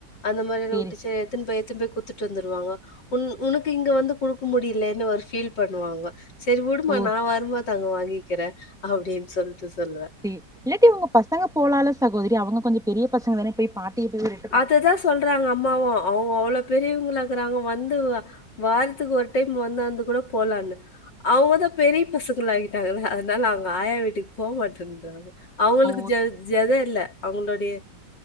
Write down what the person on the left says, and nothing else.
அந்த மாதிரில்லா
உட்டிசே எத்துன் போய் எத்துன் போய் குத்துட்டு வந்துருவாங்களா உன் உனக்கு இங்க வந்து குடுக்க முடியிலேன்னு ஒரு ஃபீல் பண்ணுவாங்க செரி உடுமா
நா வருமோது அங்க வாங்கிக்கிறே அப்டின் சொல்ட்டு சொல்லுவே
அதுதா சொல்றாங்க அம்மாவு அவ் ஓ அவ்ளோ பெரியவங்களா இக்குறாங்க வந்து வாரத்துக்கு ஒர் டைம் வந்தாந்து கூட போலான்னு அவுங்கதா பெரிய பசுங்களாய்ட்டாங்கள அதனால அவ்ங்க ஆயா வீட்டுக்கு போக மாட்டேன்றாங்க அவுங்களுக்கு
ஜெத் ஜெதே இல்ல அவங்களுடைய